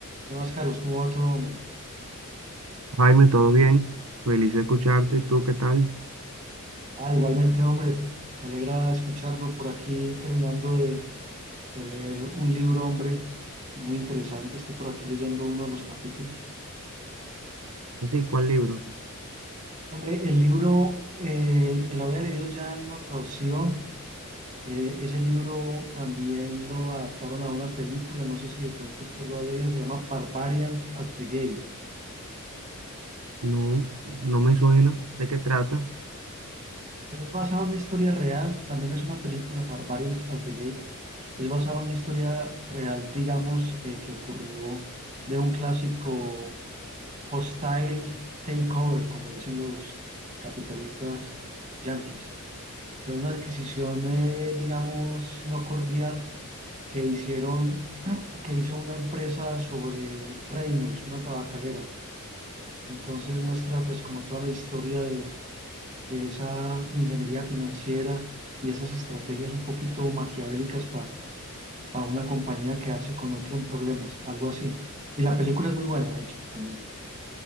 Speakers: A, on the right; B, on the right.
A: ¿Qué más, Carlos? ¿Cómo va todo, hombre?
B: Jaime, ¿todo bien? Feliz de escucharte. ¿Y tú qué tal?
A: Ah, igualmente, hombre, me alegra escucharlo por aquí terminando de, de leer un libro, hombre, muy interesante. Estoy por aquí leyendo uno de los capítulos.
B: Así, ¿cuál libro?
A: Hombre, el libro eh, me lo había leído ya en una ocasión. Eh, ese libro también lo adaptaron a una película, no sé si de pronto usted lo ha leído, se llama Barbarians at the Gate.
B: No, no me suena. ¿De qué trata?
A: Es basado en una historia real, también es una película, Barbarians at the Gate. Es basado en una historia real, digamos, eh, que ocurrió de un clásico hostile takeover, como dicen los capitalistas yanquis. Pero una adquisición, eh, digamos, no cordial que hicieron, <clears throat> que hizo una empresa sobre Reynolds, una tabacalera. Entonces muestra pues como toda la historia de, de esa ingeniería financiera y esas estrategias un poquito maquiavélicas para a una compañía a quedarse con otra en problemas, algo así. Y la película es muy buena, de hecho, también.